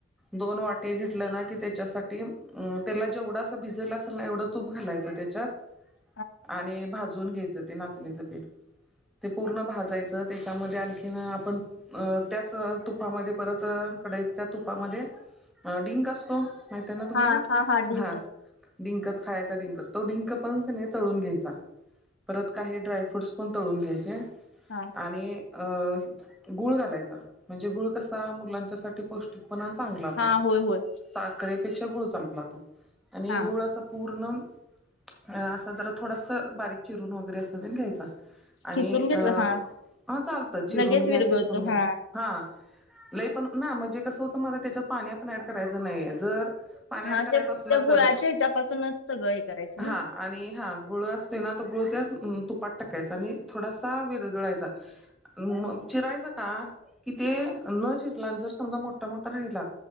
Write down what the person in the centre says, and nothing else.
दोन वाटे घेतलं ना कि त्याच्यासाठीं त्याला जेवढं अस भिजलं असेल ना एवढं तूप घालायचं त्याच्यात
आणि भाजून घ्यायचं ते नाचणीचं पीठ ते पूर्ण भाजायचं त्याच्यामध्ये आणखीन आपण अ त्याच तुपामध्ये परत अ कडई त्या तुपामध्ये, डिंक असतो माहि ना तुम्हाला
हा डंकत खायचा डिंक, तो डिंक पण की नाय तळून घ्यायचा. परत काही ड्रायफ्रूट्स पण तळून घ्यायचे.
आणि अ गुळ घालायचा. म्हणजे गुळ कसा मुलांच्यासाठी पोष्ट पणा चांगला
पण,
साखरेपेक्षा गुळ चांगला तो आणि
गुळ असा पूर्ण, अ असा जरा थोडंस बारीक चिरून वगैरे असं ते घ्यायचा आणि
अ,
हा चालतं चिरून
घ्या,
खिसून घ्या
हा, लई पण ना म्हणजे कसं होतं मला त्याच्या पाणी आपण ऍड करायचं नाही. जर पाणी
ऍड करायचा
असला
तर
हा
आणि हा, गुळ असतोय ना तो गुळ त्यात, तुपात टाकायचा आणि थोडासा विरगळायचा म चिरायचा का कि ते, न चिरला आणि जर समजा मोठा मोठा राहिला,